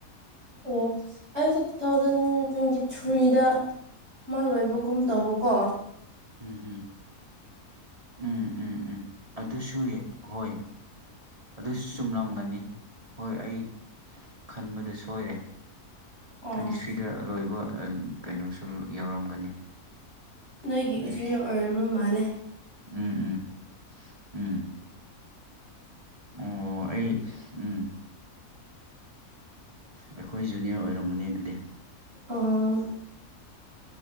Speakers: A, on the right; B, on the right.
A: ꯑꯣ ꯑꯩꯁꯦ ꯇꯨ ꯊꯥꯎꯖꯟ ꯇ꯭ꯋꯦꯟꯇꯤ ꯊ꯭ꯔꯤꯗ ꯃꯣꯏ ꯂꯣꯏꯕ ꯀꯨꯝꯨꯝ ꯇꯧꯕ ꯀꯣ
B: ꯎꯝ ꯎꯝ ꯎꯝ ꯎꯝ ꯎꯝ ꯑꯗꯨꯁꯨ ꯍꯣꯏ ꯑꯗꯨꯁꯨ ꯆꯨꯝꯂꯝꯒꯅꯤ ꯍꯣꯏ ꯑꯩ ꯈꯟꯕꯗ ꯁꯣꯏꯔꯦ
A: ꯑꯣ
B: ꯇ꯭ꯋꯦꯟꯇꯤ ꯊ꯭ꯔꯤꯗ ꯂꯣꯏꯕ ꯀꯩꯅꯣꯁꯨ ꯌꯥꯎꯔꯝꯒꯅꯤ
A: ꯅꯣꯏꯒꯤ
B: ꯎꯝ
A: ꯑꯗꯨꯖꯨꯅ ꯑꯣꯏꯔꯨꯔꯣ ꯃꯥꯜꯂꯦ
B: ꯎꯝ ꯎꯝ ꯎꯝ ꯑꯣ ꯑꯩ ꯎꯝ ꯑꯩꯈꯣꯏ ꯖꯨꯅꯤꯌꯔ ꯑꯣꯏꯔꯝꯒꯅꯤ ꯑꯗꯨꯗꯤ
A: ꯑꯣ